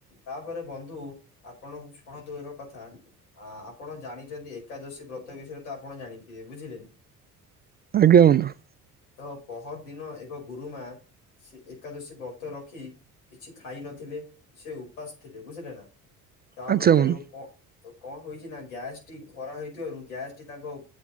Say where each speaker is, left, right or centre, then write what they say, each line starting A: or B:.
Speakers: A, on the left; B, on the right.
A: ତାପରେ ବନ୍ଧୁ ଆପଣ ଶୁଣନ୍ତୁ ଏକ କଥା ଆ ଆପଣ ଜାଣିଛନ୍ତି ଏକାଦଶୀ ବ୍ରତ ବିଷୟରେ ତ ଆପଣ ଜାଣିଥିବେ ବୁଝିଲେ
B: ଆଜ୍ଞା ବନ୍ଧୁ।
A: ତ ପହର ଦିନ ଏକ ଗୁରୁମା ସେ ଏକାଦଶୀ ବ୍ରତ ରଖି-ୂ କିଛି ଖାଇ ନଥିଲେ ସେ ଉପାସ ଥିଲେ ବୁଝିଲେ ନା ତା
B: ଆଚ୍ଛା
A: ଭିତରୁ
B: ବନ୍ଧୁ
A: ତ କଣ ହେଉଛି ନା ଗ୍ୟାସ ଟି ଖରା ହେଇଥିବାରୁ ଗ୍ୟାସ ଟି ତାଙ୍କ